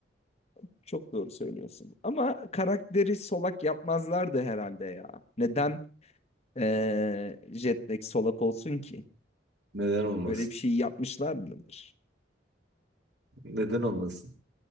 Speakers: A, on the left; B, on the right.
A: <laughs> çok doğru söylüyorsun. Ama karakteri solak yapmazlardı herhalde ya. Neden ee, Jetlag solak olsun ki?
B: Neden olmasın?
A: Böyle bir şey yapmışlar mıdır?
B: Neden olmasın?